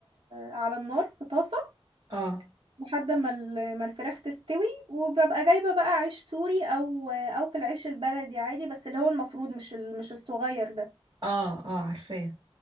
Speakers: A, on the right (about 75°); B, on the right (about 45°).
A: على النار في طاسة
B: اه
A: لحد ما ال- ما الفراخ تستوي وببقى جايبة بقى عيش سوري او او في العيش البلدي عادي بس اللي هو المفروض مش ال- مش الصغير ده
B: اه اه عارفاه